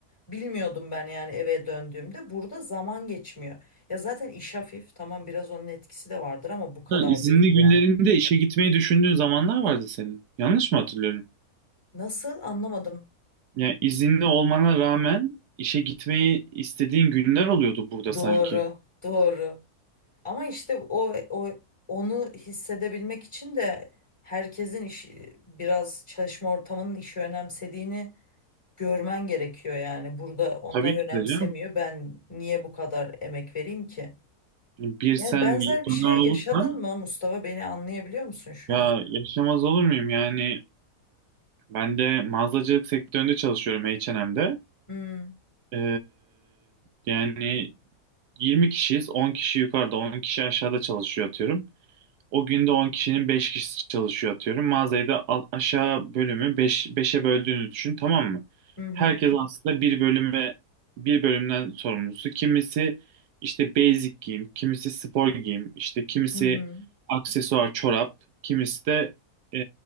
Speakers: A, on the left; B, on the right.
A: bilmiyordum ben yani eve döndüğümde. Burada zaman geçmiyor. Ya zaten iş hafif tamam biraz onun etkisi de vardır ama bu kadar
B: Hatta izinli
A: değil ya.
B: günlerinde işe gitmeyi düşündüğün zamanlar vardı senin. Yanlış mı hatırlıyorum?
A: Nasıl anlamadım.
B: Yani izinli olmana rağmen işe gitmeyi istediğin günler oluyordu burada
A: Doğru,
B: sanki.
A: doğru. Ama işte o, o onu hissedebilmek için de herkesin işi biraz çalışma ortamının işi önemsediğini görmen gerekiyor yani. Burada onlar
B: Tabii ki
A: önemsemiyor.
B: de canım.
A: Ben niye bu kadar emek vereyim ki?
B: Bir sen
A: Yani benzer
B: yetmeler
A: bir şey
B: olursan
A: yaşadın mı Mustafa? Beni anlayabiliyor musun şu
B: ya
A: an?
B: yaşamaz olur muyum? Yani ben de mağazacılık sektöründe çalışıyorum H&M'de.
A: Hmm,
B: Ee, yani 20 kişiyiz. 10 kişi yukarıda, 10 kişi aşağıda çalışıyor atıyorum. O günde 10 kişinin 5 kişisi çalışıyor atıyorum. Mağazayı da al- aşağı bölümü 5, 5'e böldüğünü düşün tamam mı?
A: Hı hı.
B: Herkes aslında bir bölüme bir bölümden sorumlusu. Kimisi işte basic giyim, kimisi spor giyim, işte kimisi
A: Hı hı.
B: aksesuar çorap, kimisi de e,